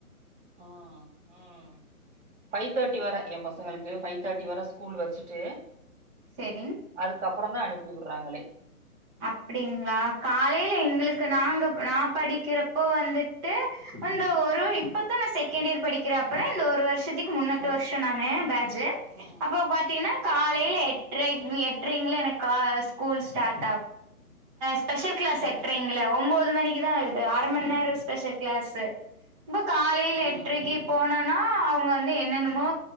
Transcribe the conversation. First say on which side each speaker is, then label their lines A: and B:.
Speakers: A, on the right; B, on the right.
A: <inaudible>
B: ம் ம் ஃபைவ் தேர்ட்டி வர என் பசங்களுக்கு ஃபைவ் தேர்டி வர ஸ்கூல் வச்சிட்டு
A: சரிங்க
B: அதுக்கப்புறோ தா அனுப்பி விடுறாங்களே
A: அப்படிங்களா காலையில எங்களுக்கு
B: ம்
A: நாங்க நான் படிக்கிறப்போ வந்துட்டு அ ஒரு இப்பத்தா நா செகண்ட் இயர் படிக்கிறே அப்பனா இந்த ஒரு வருஷத்துக்கு முன்னட்டு வருஷோ
B: ம்
A: நா நே பேஜ்
B: ம்
A: அப்போ பாத்தீங்கன்னா
B: ம்
A: காலையில
B: ம்
A: எட்டரைங்க என ஸ்கூல் ஸ்டார்ட் ஸ்பெஷல் கிளாஸ்
B: ம் ம்
A: எற்றை ஒன்பது மணிக்குதா ஆகுது அரை மணி நேரம் ஸ்பெஷல் கிளாஸ்ஸு இப்ப காலில
B: ம்
A: எட்ரைக்கு போனோனா அவங்க வந்து என்னென்னமோ